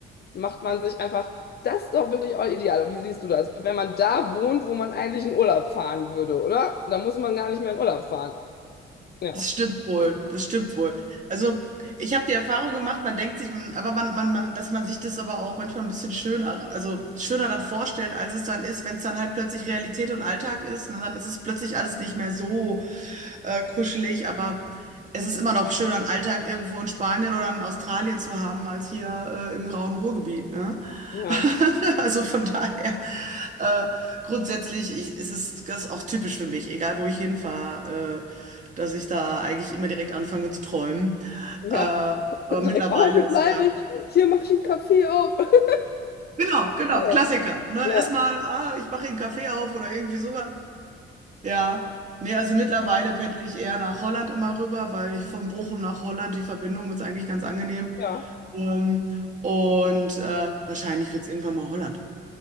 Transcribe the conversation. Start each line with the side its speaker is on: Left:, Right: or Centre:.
Left: macht man sich einfach. Das ist doch wirklich auch ideal. Wie siehst du das? Wenn man da wohnt, wo man eigentlich in Urlaub fahren würde, oder? Dann muss man gar nicht mehr in Urlaub fahren. Ja,
Right: Das stimmt wohl, das stimmt wohl. Also, ich habe die Erfahrung gemacht, man denkt sich, man- aber man, man, man, dass man sich das aber auch manchmal ein bisschen schöner, also schöner dann vorstellt, als es dann ist, wenn es dann halt plötzlich Realität und Alltag ist, ne, dann ist es plötzlich alles nicht mehr so äh, kuschelig, aber es ist immer noch schöner, einen Alltag irgendwo in Spanien oder in Australien zu haben, als hier äh, im grauen Ruhrgebiet, ne?
Left: ja,
Right: <laughs> Also von daher, äh, grundsätzlich ich, es ist das ist auch typisch für mich, egal wo ich hinfahre, äh, dass ich da eigentlich immer direkt anfange zu träumen.
Left: ja.
Right: Äh,
Left: <laughs>
Right: aber
Left: Direkt,
Right: mittlerweile
Left: oh, hier
Right: ist
Left: bleibe
Right: ja.
Left: ich, hier mache ich einen Kaffee auf. <laughs>
Right: Genau, genau,
Left: Ja,
Right: Klassiker. Ne?
Left: ja.
Right: Erstmal, ah, ich mache einen Kaffee auf oder irgendwie sowas. Ja. Nee, also mittlerweile pendel ich eher nach Holland immer rüber, weil ich von Bochum nach Holland, die Verbindung ist eigentlich ganz angenehm.
Left: Ja.
Right: Ähm, und äh, wahrscheinlich wird es irgendwann mal Holland.